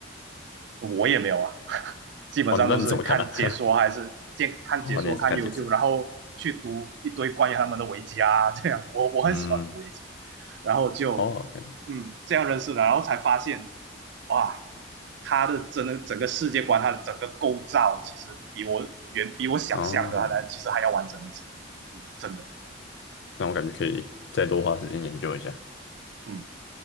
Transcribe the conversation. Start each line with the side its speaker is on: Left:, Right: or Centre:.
Right: 我也没有啊，<laughs> 基本上都是看解说还是见看解说看
Left: 哦，那你怎么看呢、啊 <laughs> 哦，你也是看解说。
Right: YouTube，然后去读一堆关于他们的维基啊，这样我我很喜欢读维基，
Left: 嗯，
Right: 然后就
Left: 哦，感觉
Right: 嗯这样认识的，然后才发现哇，他的真的整个世界观，他的整个构造其实比我远比我想象的，
Left: 哦，
Right: 他其实还要完整一些，嗯真的，
Left: 那我感觉可以再多花时间研究一下，
Right: 嗯。